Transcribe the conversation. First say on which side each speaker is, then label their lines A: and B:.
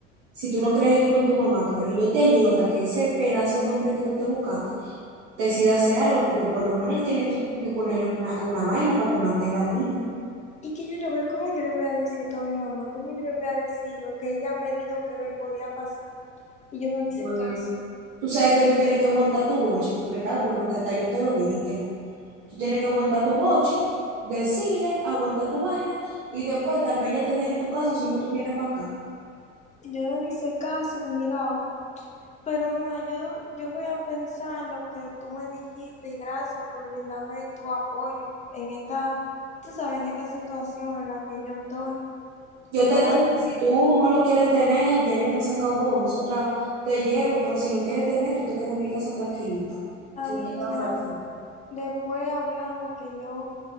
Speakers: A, on the right; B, on the left.
A: si tú no quieres vivir con tu mamá, claro, y yo te ayudo hasta que ese pedazo de hombre que tú te buscaste decida hacer algo, porque por lo menos él tiene, tú tienes que ponerle una, una vaina para que mantenga al niño.
B: ¿Y que yo le voy, cómo yo le voy a decir esto a mi mamá? ¿Cómo yo le voy a decir lo que ella me dijo que me podía pasar? Y yo no le hice
A: Bueno,
B: caso.
A: tú sabes que tú tienes que aguantar tu boche, porque está bueno que hasta yo te lo dije que no. Tú tienes que aguantar tu boche, decirle, aguantar tu vaina y después tal vez ya te dejen tu casa si no tú vienes para acá.
B: Yo no le hice caso y mira ahora. Pero nada, yo, yo voy a pensar en lo que tú me dijiste y gracias por brindarme tu apoyo en esta, tú sabes, en esta situación en la que yo estoy.
A: Yo
B: Gracias,
A: te digo que si tú no lo quieres tener, ya yo me he sacado dos, nosotras te llevo, pero si lo quieres tener, tú te quedas en mi casa tranquilita,
B: está
A: que
B: bien,
A: no te va
B: gracias.
A: a faltar. nada.
B: Después hablamos que yo